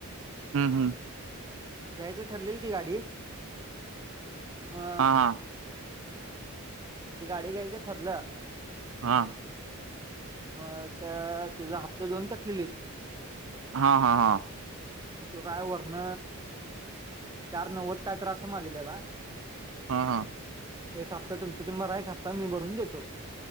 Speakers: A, on the right; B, on the right.
A: हू हू
B: घ्यायच ठरलेल ती गाडी म
A: हा हा
B: ती गाडी घ्यायचं ठरलं
A: हा
B: म आता त्याच हाप्त दोन तटलेली
A: हा हा हा
B: त्यो काय वरण चार नव्वद काय तर अस मागितलेला
A: हा हा
B: एक हप्ता तुमच तुम्ही भरा एक हप्ता मी भरून देतो